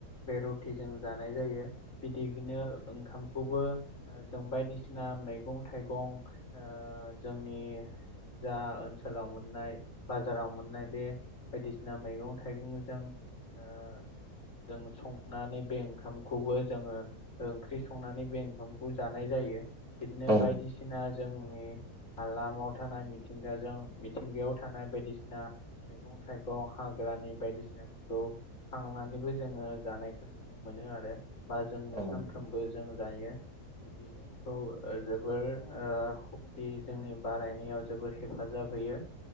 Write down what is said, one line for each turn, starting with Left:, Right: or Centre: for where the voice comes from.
Left: बे रुटि जों जानाय जायो। बिदिनो- ओंखामखौबो ओ जों बायदिसिना मेगं थाइगं ओ जोंनि जा ओनसोलाव मोननाय बाजाराव मोननाय बे बायदिसिना मैगं थाइगं जों ओ जों संनानै बे ओंखामखौबो जोङो ओंख्रि संनानै बे ओंखामखौ जानाय जा यो बिदिनो
Right: औ नंगौ
Left: बायदिसिना जोंनि हालामाव थानाय मिथिंगाजों मिथिंगायाव थानाय बायदिसिना मैगं थाइगं हाग्रा रानि बायदिसिनाफोरखौ खांनानैबो जोङो जानायखौ नुनो मोनो आरो बा जोङो
Right: औ नंगौ
Left: सानफ्रोमबो जों जायो। बियो जोंखौ जोबोर ओ सक्ति जोंनि बारायनायाव जोबोर हेफा जाब होयो